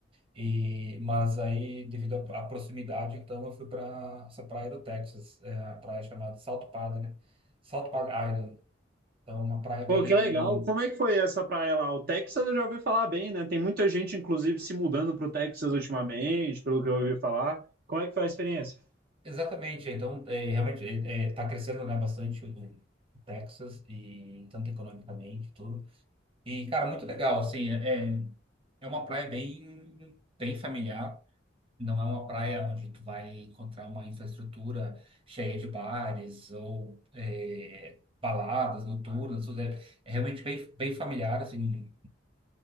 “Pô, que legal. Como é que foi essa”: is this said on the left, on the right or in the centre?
Right